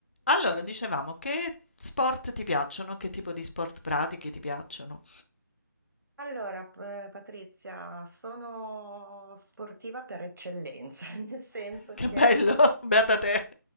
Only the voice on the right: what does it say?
Allora, p- eh, Patrizia, sono sportiva per eccellenza, <laughs> nel senso
che